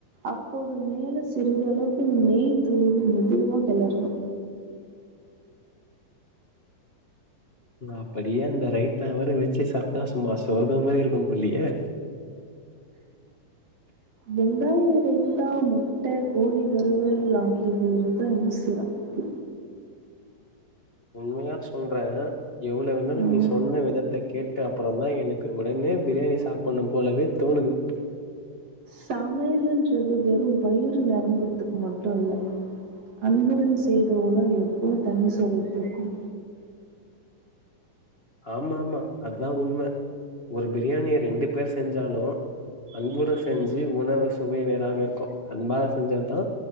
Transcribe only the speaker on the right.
அப்போது மேல சிறிதளவு நெய் தூவி மெதுவா கெளற்னு
வெங்காய ரைத்தா முட்ட கோழி வருவல் ஆகியது இருந்தா இன்னு சிறப்பு
உம்
சமையலின்றது வெறும் வயிறு நெரம்பற்துக்கு மட்டு இல்ல அன்புடன் செய்த உணவு எப்போது தனி சுவை குடுக்கும்